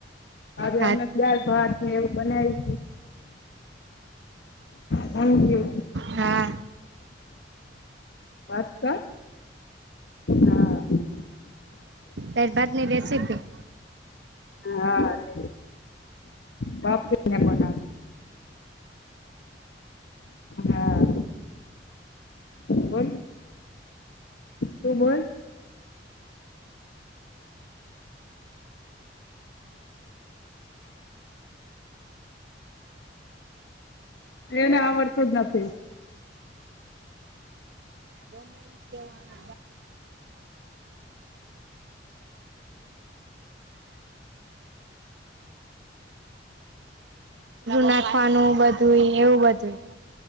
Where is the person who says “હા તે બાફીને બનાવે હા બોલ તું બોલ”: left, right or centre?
Left